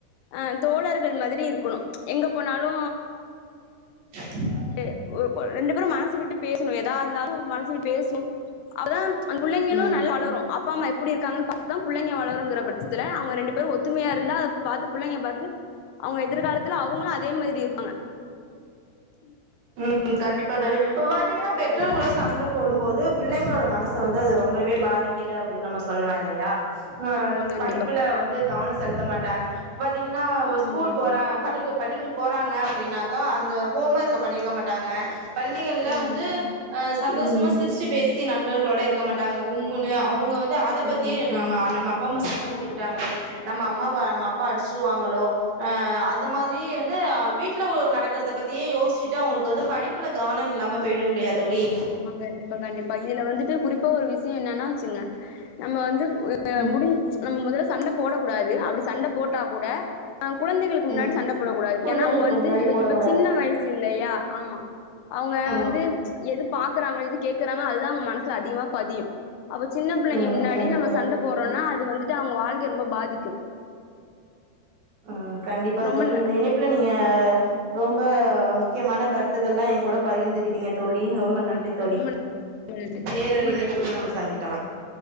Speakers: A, on the left (about 80°); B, on the right (about 65°).
A: அ தோழர்கள் மாதிரி இருக்கணு எங்க போனாலு
B: <unintelligible>
A: டு ஒர் ரெண்டு பேரு மனசு விட்டு பேசணு எதா இருந்தாலு மனசு <inaudible> பேஸ்னு அதா அ புள்ளைங்களு
B: ம்
A: நல்லா வளரு அப் ப்பா அம்மா எப்படி இருக்காங்கன் பாத்தா புள்ளைங்க வளருங்கிற பட்சத்துல அவங்க ரெண்டு பேரு ஒத்துமையா இருந்தா அத பாத்து பிள்ளைக பாத்து அவங்க எதிர்காலத்துல அவங்களு அதே மாதிரி இருப்பாங்க உம்
B: <inaudible> கண்டிபா தோழி இப்ப பாத்தீகன்னா பெற்றோர்கள்ளு
A: தோழி
B: சண்ட போடும்போது பிள்ளைங்களோட மனசு வந்து அது ரொம்பவே பாதிக்குது அப்டின் நம்ம சொல்லா இல்லையா அ
A: ஆமா
B: அது
A: கண்டிப்பா
B: படிப்புல வந்து கவன செல்த்த மாட்டாங்க பாத்தீகன்னா ஸ்கூல்
A: ம்
B: போறா பள்ளிக்கு பள்ளிகளுக் போறாங்க அப்படின்னாகா அந்த ஹோம் ஒர்க்க பண்ணிட் க்க மாட்டாக பள்ளிகள்ல
A: ம்
B: வந்து அ சந்தோஷமா சிரிச்சு பேசி நண்பர்களோட இருக் க மாட்டாங்க உம்முன்னு
A: ம்
B: அவ்ங்க வந்து அத பத்தியே நம்ம நம்ம அப்பா அம்மா சண்ட போட்டுகிட்டாகளே
A: ஆமா
B: நம்ம அம்மாவ நம்ம அப்பா அடிச்சிருவாகளோ அ அந்த மாதிரி வந்து அ வீட்டுல நடக்கறத பத்தியே யோசிச்சுட்டு அவங்களுக்கு வந்து படிப்புல கவனம் இல்லாம போயிரு இல்லையா தோழி
A: ஆமா கண்டிபா கண்டிபா இதுல வந்துட்டு குறிப்பா ஒரு விஷ்ய என்னனா வச்சுங்க நம்ம வந்து அ
B: ம்
A: முடிஞ் நம் முதல்ல சண்ட போட கூடாது அப்படி சண்ட போட்டா கூட அ குழந்தைகளுக்கு
B: ம்
A: முன்னாடி சண்ட போட கூடாது
B: குழந்தைகளுக்கு
A: ஏன்னா அவங்க வந்து
B: முன்னாடி
A: இப
B: போடக்
A: இப்ப
B: கூடாது
A: சின்ன வயசு இல்லையா ஆமா அவங்க
B: ஆ
A: வந்து எது பாக்கறாங்க எது கேக்குறாங்க அதுதா அவங்க மனசுல அதிகமா பதியு அப்ப சின்ன பிள்ளைங்க
B: ம்
A: முன்னாடி
B: கண்டிப்பா
A: நம்ம
B: கண்டிப்பா
A: சண்ட போற்றோன்னா
B: தோழி
A: அது வந்துட்டு அவங்க வாழ்க்கை ரொம்ப பாதிக்கு
B: அ கண்டிபா
A: ரொம்ப
B: தோழி
A: ந
B: இந்த இணைப்புல நீங்க ரொம்ப முக்கியமான கருத்துக்கள்லா என் கூட பகிர்ந்துகிட்டீங்க தோழி ரொம்ப நன்றி தோழி
A: ரொம்ப நன்றி
B: வேறொரு இணைப்புல நம்ம சந்திக்கலா